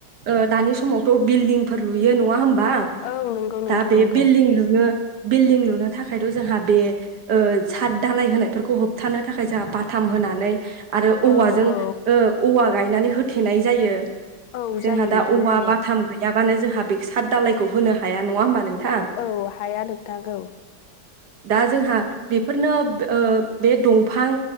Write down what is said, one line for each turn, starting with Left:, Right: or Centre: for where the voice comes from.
Right: ओ दानि समावथ' बिल्डिंफोर लुयो नङा होमबा?
Left: औ नंगौ
Right: दा
Left: नोंथां
Right: बे
Left: नंगौ
Right: बिल्डिं लुनो बिल्डिं लुनो थाखायथ' जोंहा बे ओ साद दालाय होनायफोरखौ होब थानो थाखाय जोंहा बाथाम होनानै आरो औवाजों
Left: औ औ
Right: ओ औवा गायनानै होथेनाय जायो
Left: औ
Right: जोंहा
Left: जायो नोंथां
Right: दा औवा
Left: जायो
Right: बाथाम गै याबानो जोंहा बे साद दालायखौ होनो हाया नङा होमबा नोंथां?
Left: औ हाया नोंथां औ।
Right: दा जोंहा बेफोरनो बे ओ बे दंफां